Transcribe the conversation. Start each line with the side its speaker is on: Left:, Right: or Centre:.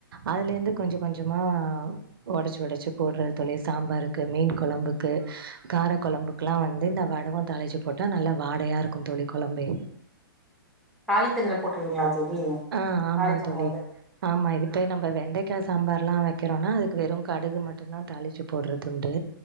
Right: அதுலேருந்து கொஞ்சம் கொஞ்சமா உடச்சு உடச்சு போடுறது தோழி சாம்பாருக்கு மீன் குழம்புக்கு கார குழம்பு குலா வந்து இந்த வடவம் தழிச்சு போட்டா நல்லா வாடையா இருக்கும் தோழி குழம்பே
Centre: தாளிக்கரதுல போட்டுருவீங்களா தோழி
Right: ஆ ஆமா
Centre: தாளிக்கும்
Right: தோழி.
Centre: போதே
Right: ஆமா இதுப்போய் நம்ம வெண்டைக்காய் சாம்பார்லாம் வைக்கிறோம்னா அதுக்கு வெறும் கடுகு மட்டும் தான் தாளிச்சு போடுறது உண்டு